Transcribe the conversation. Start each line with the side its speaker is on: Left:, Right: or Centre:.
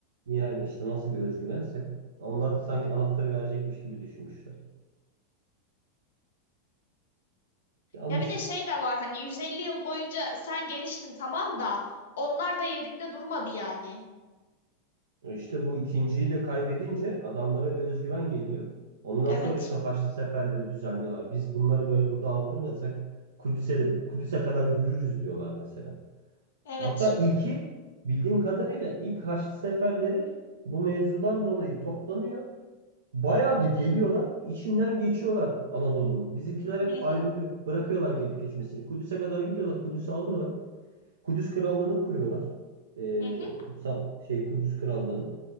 Right: yani işte nasıl bir özgüvense onlar da sanki anahtarı verecekmiş gibi düşünmüşler. Yanlış.
Left: Ya bir de şey de var hani 150 yıl boyunca sen geliştin tamam da onlar da yerinde durmadı yani.
Right: İşte bu ikinciyi de kaybedince adamlara bir özgüven geliyor. Ondan
Left: Evet.
Right: sonra işte Haçlı seferleri düzenliyorlar. Biz bunları böyle burada aldırmadıysak Kudüs'e de, Kudüs'e kadar yürürüz diyorlar mesela.
Left: Evet.
Right: Hatta ilki bildiğim kadarıyla ilk Haçlı seferleri bu mevzudan dolayı toplanıyor. Bayağı da geliyorlar. içinden geçiyorlar Anadolu'nun. Bizimkiler hep
Left: Hı hı.
Right: ayrılıyor. Bırakıyorlar gelip geçmesini. Kudüs'e kadar gidiyorlar. Kudüs'ü alıyorlar. Kudüs Krallığı'nı kuruyorlar. Ee,
Left: Hı hı.
Right: kutsal şey Kudüs Krallığı'nı.